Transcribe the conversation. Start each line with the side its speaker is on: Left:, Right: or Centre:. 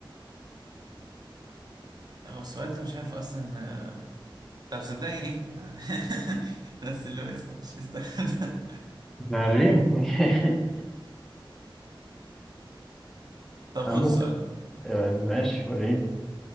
Right: هو السؤال ده مش عارف اصلا آه، طب صدقني ايه <laughs> بس اللي هو يزعل مش يستاهل.
Centre: وريني <laughs>
Right: طب خد
Centre: انا ممكن
Right: السؤال ده
Centre: ماشي وريني